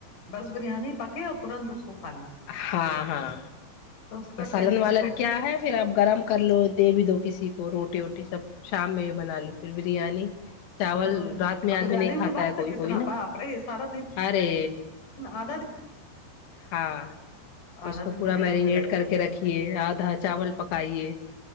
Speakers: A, on the left; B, on the left.
A: بس بریانی پکے اور ترنت اس کو کھا لیجیے
B: ہاں ہاں
A: تو اس کا
B: سالن
A: ٹیسٹ
B: والن
A: بہت-
B: کیا ہے پھر اب گرم کر لو دے بھی دو کسی کو روٹی ووٹی سب شام میں یہ بنا لو پھر بریانی چاول
A: ہوں
B: رات میں
A: اور بریانی
B: آدمی نہیں کھاتا
A: میں وقت
B: ہے کوئی
A: کتنا
B: کوئی نا
A: باپ رے سارا دن
B: ارے
A: <unintelligible>
B: ہاں
A: آدھا
B: اس کو
A: دن
B: پورا
A: بریانی
B: میرینیٹ
A: میں لگے
B: کر
A: رہو
B: کے رکھیے آدھا چاول
A: ہوں
B: پکائیے